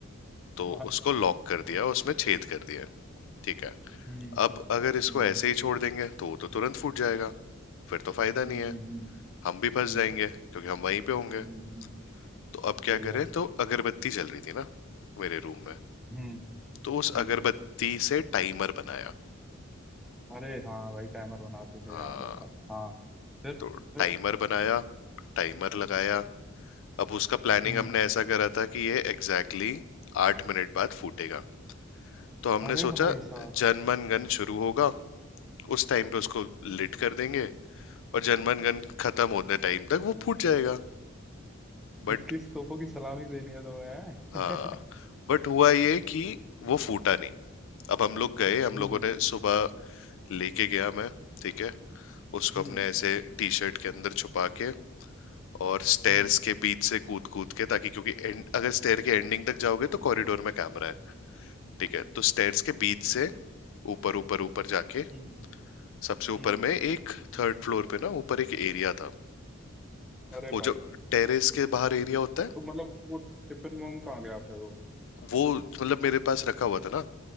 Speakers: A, on the left; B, in the centre.
A: तो
B: हाँ
A: उसको लॉक कर दिया उसमें छेद कर दिया ठीक है
B: हम्म
A: अब अगर इसको
B: हम्म
A: ऐसे ही छोड़ देंगे तो वो तो तुरंत फूट जाएगा फिर तो फायदा
B: हम्म
A: नहीं
B: हम्म
A: है
B: हम्म
A: हम भी फंस
B: हम्म,
A: जाएंगे क्योंकि हम वहीं पे होंगे
B: हम्म, हम्म,
A: तो अब क्या
B: सही
A: करें
B: है
A: तो अगरबत्ती जल रही थी ना मेरे रूम में
B: हम्म
A: तो उस
B: हम्म
A: अगरबत्ती से टाइमर बनाया
B: अरे हाँ भाई टाइमर बनाते थे
A: हाँ
B: याद है याद है हाँ फिर
A: तो
B: फिर
A: टाइमर बनाया टाइमर लगाया अब उसका प्लानिंग
B: हम्म
A: हमने ऐसा करा था कि ये एग्जैक्टली exactly आठ मिनट बाद फूटेगा तो हमने
B: अरे
A: सोचा
B: भाई साहब
A: जनमन गन शुरू होगा उस टाइम पे उसको लिट कर देंगे और जनमन गन खत्म होने टाइम तक वो फूट जाएगा बट
B: इक्कीस तोपों की सलामी देनी है तुम्हें
A: हाँ
B: <laughs>
A: बट हुआ ये कि वो फूटा नहीं अब हम लोग गए हम
B: हम्म
A: लोगों ने सुबह लेके गया मैं ठीक है उसको
B: हम्म
A: अपने ऐसे टी शर्ट के अंदर छुपा के और स्टेयर्स
B: हम्म
A: के बीच से कूद कूद के ताकि क्योंकि end, अगर स्टेयर के एंडिंग तक जाओगे तो कॉरिडोर में कैमरा है ठीक है तो स्टेयर्स के बीच से ऊपर ऊपर ऊपर जाके
B: हम्म
A: सबसे ऊपर
B: हम्म,
A: में एक थर्ड फ्लोर पे ना ऊपर एक एरिया था
B: अरे
A: वो
B: भाई
A: जो टेरेस के बाहर एरिया होता
B: तो मतलब वो टिफिन बम कहाँ गया फिर वो
A: है वो मतलब मेरे पास रखा हुआ था ना